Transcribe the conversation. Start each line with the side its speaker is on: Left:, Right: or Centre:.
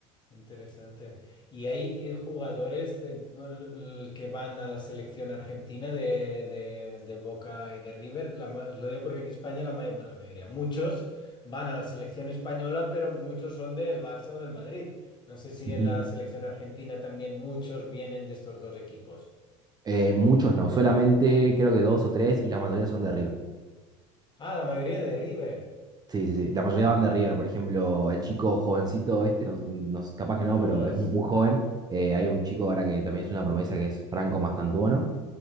Left: interesante. ¿Y hay eh, jugadores de- bueno, l- l- que van a la selección argentina de, de- de Boca y de River? La ma- lo digo porque aquí en España la, may- bueno, la mayoría, muchos van a la selección española, pero muchos son del Barça o del Madrid. No sé si
Right: Ujú.
Left: en la selección argentina también muchos vienen de estos dos equipos.
Right: Eh, muchos no, solamente creo que dos o tres y la mayoría son de River.
Left: Ah, la mayoría de River.
Right: Sí, sí, sí. La mayoría van de River. Por ejemplo, el chico jovencito este, no, no- capaz
Left: No,
Right: que no, pero
Left: los-
Right: es muy, muy joven. Eh, hay un chico ahora que también es una promesa que es Franco Mastantuono.